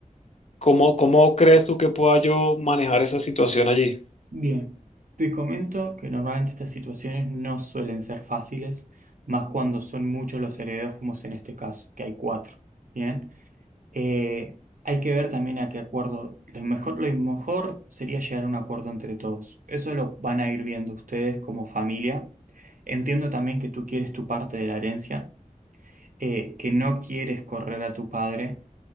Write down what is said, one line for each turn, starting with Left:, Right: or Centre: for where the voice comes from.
Left: ¿Cómo, cómo crees tú que pueda yo manejar esa situación allí?
Right: Bien. Te comento que normalmente estas situaciones no suelen ser fáciles, más cuando son muchos los herederos, como es en este caso, que hay cuatro. Bien. Eh, hay que ver también a qué acuerdo. Lo mejor, lo mejor sería llegar a un acuerdo entre todos. Eso lo van a ir viendo ustedes como familia. Entiendo también que tú quieres tu parte de la herencia, eh, que no quieres correr a tu padre.